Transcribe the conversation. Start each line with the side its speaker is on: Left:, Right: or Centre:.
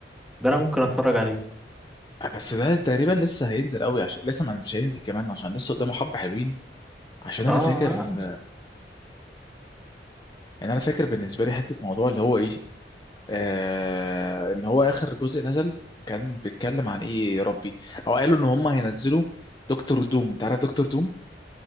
Centre: ده انا ممكن اتفرج عليه
Left: بس ده تقريبا لسه هينزل قوي عشان لسه ما مش هينزل كمان عشان لسه قدامه حبة حلوين عشان انا
Centre: اه
Left: فاكر يعني انا فاكر بالنسبه لي حته موضوع اللي هو ايه آه ان هو اخر جزء نزل كان بيتكلم عن ايه يا ربي او قالوا ان هم هينزلوا دكتور دوم انت عارف دكتور دوم